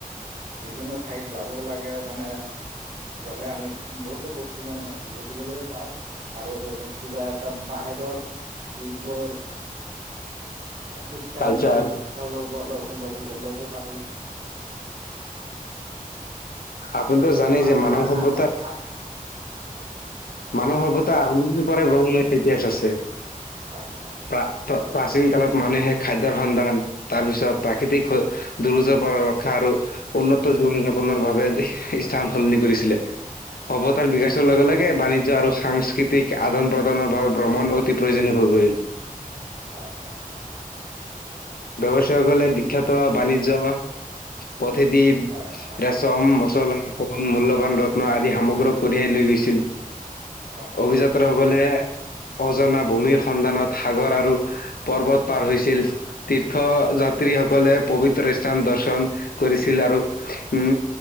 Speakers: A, on the right; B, on the left.
A: বিভিন্ন ঠাইত যাব লাগে মানে গ'লে আমি বহুতো বস্তু মানে দেখিবলৈ পাও, আৰু কিবা এটা বাহিৰৰ যিবোৰ শিক্ষা
B: কালচাৰ
A: আমি সেই শিক্ষাও লব ল লব ল'ব পাৰো।
B: আপুনিতটো জানেই
A: ত'
B: যে
A: আপোনাৰ
B: মানৱ সভ্যতা
A: আপ আপ হয়।
B: মানৱ সভ্যতা আৰম্ভণিৰ পৰাই ব্ৰঙ ইতিহাস আছে।
A: হয় হয় হয়
B: প্ৰ প্ৰাচীন কালত মানুহে খাদ্যৰ সন্ধান, তাৰ পিছত প্ৰাকৃতিক দুৰজৰ পৰা ৰক্ষা আৰু উত জীৱন যাপনৰ বাবে স্থান সলনি কৰিছিলে। সভতাৰ
A: হয় হয়
B: বিকাশৰ
A: হয়
B: লগে লগে বাণিজ্য আৰু সাংস্কৃতিক আদান প্ৰদানৰ বাবে ভ্ৰমণ
A: হয়
B: অতি প্ৰয়োজনীয়। হৈ পৰিল।
A: হয় হয় হয়।
B: ব্যৱসায় সকলে বিখ্যত বাণিজ্য বা পথতি
A: হয় হয় আমি
B: ৰেচম মচলা ন মূল্যবান ৰত্ন আদি সামগ্ৰক কঢ়িয়াই লৈ গৈছিল।
A: হয় হয়
B: অভিযাত্ৰা
A: হয় হয়
B: সকলে অজানা ভূমিৰ সন্ধানত সাগৰ আৰু পৰ্বত পাৰ হৈছিল। তীৰ্থ
A: হয়
B: যাত্ৰীসকলে
A: হয়
B: পবিত্ৰ স্থান দৰ্শন কৰিছিল। আৰু উম